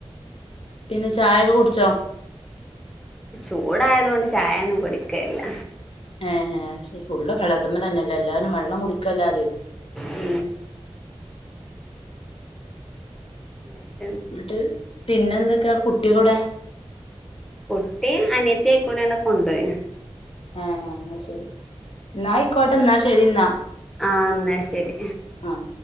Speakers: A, on the left; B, in the centre.
A: പിന്നെ ചായൊക്കെ കുടിച്ചോ
B: ചൂടായതൊണ്ട് ചായയൊന്നും കുടിക്കലില്ല
A: ഏ ഫുള്ള് വെള്ളതിമ്മേ തന്നെയല്ലേ എല്ലാരും വെള്ളം കുടിക്കല്ലാതെ
B: മ് മയ്‌
A: ന്ന്ട്ട് പിന്നെ എന്തൊക്കെടെ കുട്ടിയളൊടെ
B: കുട്ടിയെ അനിയത്തി ആയിക്കൂടെട് കൊണ്ടോയിന്
A: ഏഹ് ന്ന ശരി ന്നായിക്കൊട്ടെ ന്നാ ശരിന്നാ
B: ആഹ് ന്നാ ശരി
A: അഹ്